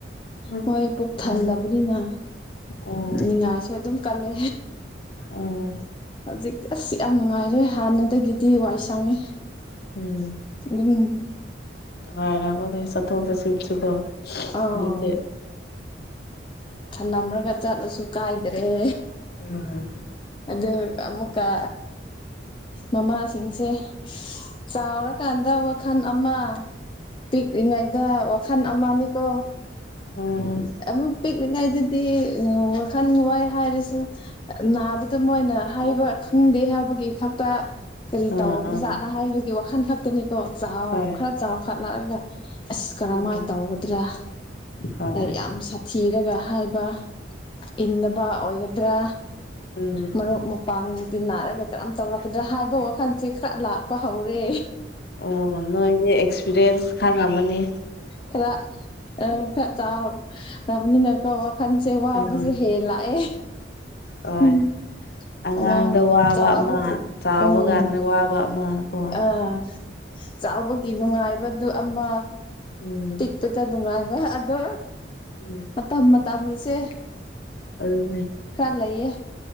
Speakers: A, on the left; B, on the left.
A: ꯎꯝ
B: ꯃꯣꯏ ꯄꯨꯛ ꯊꯟꯗꯕꯅꯤꯅ
A: ꯎꯝ
B: ꯅꯤꯡꯉꯥꯏꯁꯨ ꯑꯗꯨꯝ ꯀꯜꯂꯦ
A: ꯎꯝ
B: ꯍꯧꯖꯤꯛꯇꯤ ꯑꯁ ꯌꯥꯝ ꯅꯨꯡꯉꯥꯏꯔꯦ ꯍꯥꯟꯅꯗꯒꯤꯗꯤ ꯋꯥꯏ ꯁꯪꯉꯤ
A: ꯎꯝ
B: ꯑꯗꯨꯝ
A: ꯆꯥꯎꯔꯕꯨꯗꯤ ꯆꯠꯊꯣꯛ ꯆꯠꯁꯤꯟꯁꯨꯀꯣ
B: ꯑꯥꯎ
A: ꯍꯧꯖꯤꯛꯇꯤ
B: ꯊꯅꯝꯔꯒ ꯆꯠꯂꯁꯨ ꯀꯥꯏꯗ꯭ꯔꯦ
A: ꯎꯝ
B: ꯑꯗꯨꯒ ꯑꯃꯨꯛ ꯀꯥ ꯃꯃꯥꯁꯤꯡꯁꯦ ꯆꯥꯎꯔꯀꯥꯟꯗ ꯋꯥꯈꯜ ꯑꯃ ꯄꯤꯛꯂꯤꯉꯩꯗ ꯋꯥꯈꯜ ꯑꯃꯅꯤꯀꯣ
A: ꯑꯣ
B: ꯑꯃꯨꯛ ꯄꯤꯛꯅꯤꯛꯉꯥꯏꯗꯗꯤ ꯋꯥꯈꯜ ꯋꯥꯏ ꯍꯥꯏꯔꯁꯨ ꯅꯥꯕꯗ ꯃꯣꯏꯅ ꯍꯥꯏꯕ ꯈꯪꯗꯦ ꯍꯥꯏꯕꯒꯤ ꯈꯛꯇ ꯀꯔꯤ
A: ꯑꯥ
B: ꯇꯧꯕ
A: ꯑꯥ
B: ꯖꯥꯠꯅ ꯍꯥꯏꯕꯒꯤ ꯋꯥꯈꯟ ꯈꯛꯇꯅꯤꯀꯣ ꯆꯥꯎ
A: ꯍꯣꯏ
B: ꯈꯔ ꯆꯥꯎꯈꯠꯂꯛꯑꯒ ꯑꯁ ꯀꯔꯝꯍꯥꯏꯅ
A: ꯎꯝ
B: ꯇꯧꯒꯗ꯭ꯔꯥ
A: ꯍꯣꯏ
B: ꯌꯥꯝ ꯁꯥꯊꯤꯔꯒ ꯍꯥꯏꯕ ꯏꯗꯕ ꯑꯣꯏꯒꯗ꯭ꯔꯥ
A: ꯎꯝ
B: ꯃꯔꯨꯞ ꯃꯄꯥꯡ ꯅꯥꯔꯒ ꯀꯔꯝ ꯇꯧꯔꯛꯀꯗ꯭ꯔꯥ ꯍꯥꯏꯕ ꯋꯥꯈꯜꯁꯦ ꯈꯔ ꯂꯥꯛꯄ ꯍꯧꯔꯦ
A: ꯑꯣ ꯅꯣꯏꯗꯤ ꯑꯦꯛꯁꯄꯤꯔꯤꯌꯦꯟꯁ ꯈꯪꯉꯥꯝꯃꯅꯤ
B: ꯈꯔ ꯈꯔ ꯆꯥꯎꯕꯅꯤꯅ ꯀꯣ ꯋꯥꯈꯟꯁꯦ ꯋꯥꯕꯁꯦ
A: ꯎꯝ
B: ꯍꯦ ꯂꯥꯛꯑꯦ
A: ꯍꯣꯏ
B: ꯎꯝ
A: ꯑꯉꯥꯡꯗ
B: ꯑꯉꯥꯡ
A: ꯋꯥꯕ
B: ꯆꯥꯎꯕꯒꯤ
A: ꯑꯃ ꯆꯥꯎꯕꯀꯥꯟꯗ
B: ꯎꯝ
A: ꯋꯥꯕ ꯑꯃ ꯀꯣ
B: ꯑꯥ ꯆꯥꯎꯕꯒꯤ ꯅꯨꯡꯉꯥꯏꯕꯗꯨ ꯑꯃ
A: ꯎꯝ
B: ꯄꯤꯛꯄꯗ ꯅꯨꯡꯉꯥꯏꯕ ꯑꯗꯣ
A: ꯎꯝ
B: ꯃꯇꯝ ꯃꯇꯝꯒꯤꯁꯦ
A: ꯑꯗꯨꯅꯦ
B: ꯈꯔꯥ ꯂꯩꯌꯦ